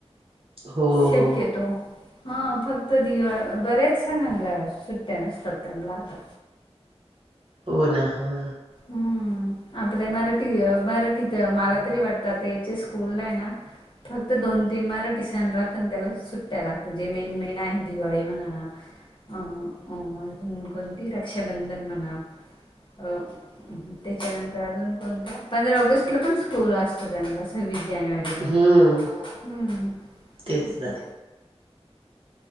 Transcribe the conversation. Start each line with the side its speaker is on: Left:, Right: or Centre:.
Right: हो हो
Left: चेक घेतो. हा फक्त दिवाळ बर्याच सणांनला सुट्ट्या नसतात त्यांनला आता.
Right: हो ना, हा.
Left: हम्म आपल्या मराठी मराठीत मला तरी वाटतं याचे स्कूल नाही ना फक्त दोन तीन मराठी सण राहत अन त्याला सुट्ट्या राहतं. जे मेन मेन आहे दिवाळी म्हणा अ -अ अजून कोणती रक्षाबंधन म्हणा. अ त्याच्यानंतर अजून कोणता? पंधरा ऑगस्ट ला पण स्कूल असत त्यांना सव्वीस जानेवारीला.
Right: हम्म
Left: हम्म
Right: तेच
Left: असं
Right: ना.